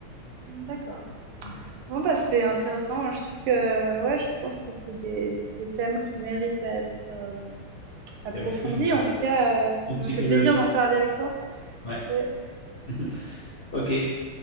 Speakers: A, on the right (about 80°); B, on the left (about 40°).
A: D'accord.
B: Il
A: Bon, bah, c'est intéressant. Je trouve que, ouais, je pense que c'est des, c'est des thèmes qui méritent à être, euh, approfondie.
B: y a beaucoup de,
A: En tout cas, euh, ça
B: de psychologie.
A: me fait plaisir d'en parler avec toi.
B: Ouais.
A: Ouais.
B: <laughs> Ok.